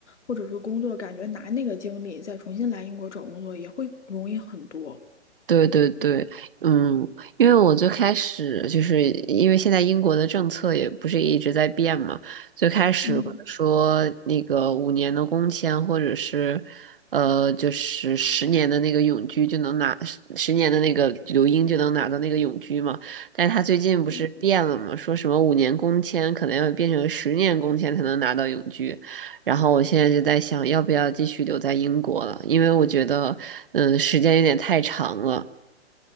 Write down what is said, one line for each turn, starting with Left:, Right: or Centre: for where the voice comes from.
Left: 或者是工作，感觉拿那个经历再重新来英国找工作也会容易很多。
Right: 对对对，嗯，因为我最开始就是因为现在英国的政策也不是一直在变嘛，最开始可能说那个五年的工签或者是呃就是十年的那个永居就能拿十十年的那个留英就能拿到那个永居嘛，
Left: 嗯，
Right: 但是他最近不是变了嘛，
Left: 对，
Right: 说什么五年工签可能要变成十年工签才能拿到永居，然后我现在就在想要不要继续留在英国了，因为我觉得嗯时间有点太长了。